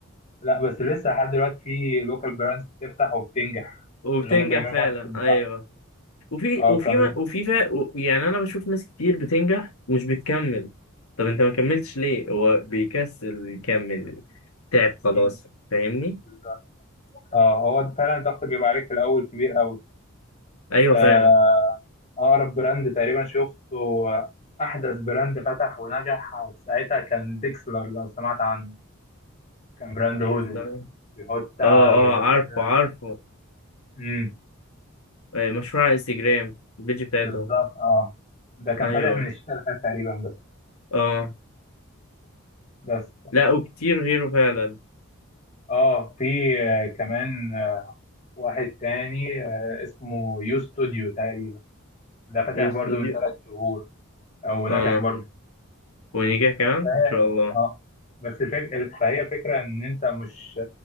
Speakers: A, on the left (about 30°); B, on the left (about 85°).
A: لا بس لسه لحد دلوقتي في لوكال براندز بتفتح وبتنجح
B: وبتنجح
A: اللي هم بيعملوا
B: فعلا
A: ماركتنج
B: ايوه
A: صح
B: وفي
A: اه
B: وفي
A: كان
B: ما- وفي فا و- يعني انا بشوف ناس كتير بتنجح ومش بتكمل طب انت ما كملتش ليه هو بيكسل يكمل تعب خلاص
A: مم،
B: فاهمني
A: بالظبط. اه هو فعلا الضغط بيبقى عليك في الاول كبير قوي
B: ايوه
A: آه،
B: فعلا
A: اقرب براند تقريبا شفته احدث براند فتح ونجح في ساعتها كان ديكسلر لو سمعت عنه كان براند
B: دي
A: هودز
B: خسارة.
A: بيحط آه،
B: اه
A: بيحط
B: اه عارفه
A: كده
B: عارفه
A: امم
B: آه، مشروع على انستجرام البيج بتاعتهم
A: بالظبط اه ده كان
B: ايوه
A: فاتح من الشتاء اللي فات تقريبا بس
B: اه
A: بس تمام
B: لا وكتير غيره فعلا
A: اه في آه، كمان واحد تاني آه، اسمه يو ستوديو تقريبا ده فاتح
B: يستوديو
A: برضو من ثلاث شهور او نجح
B: اه
A: برضو
B: ونيجا كمان
A: فهي
B: ان شاء الله
A: اه بس فك... فهي فكره ان انت مش